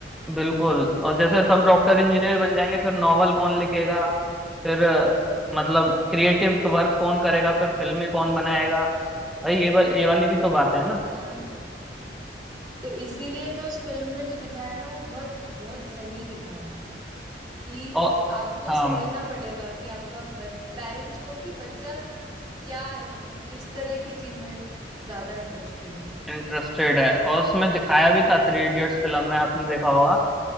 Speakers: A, in the centre; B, on the right.
A: बिल्कुल और जैसे सब डॉक्टर इंजीनियर बन जाएंगे फिर नॉवल कौन लिखेगा फिर अ, मतलब क्रिएटिव वर्क कौन करेगा फिर फिल्में कौन बनाएगा भाई ये वा, ये वाली भी तो बातें हैं ना
B: हाँ तो इसीलिए तो उस फिल्म में जो दिखाया है ना वो बहुत बहुत सही दिखाया है कि
A: और
B: आपको
A: हाँ
B: समझना पड़ेगा कि आपका पेरेंट्स को कि बच्चा क्या है मतलब किस तरह की चीज में ज्यादा इंटरेस्टेड है
A: इंटरेस्टेड है और उसमें दिखाया भी था थ्री इडियट्स फिल्म में आपने देखा होगा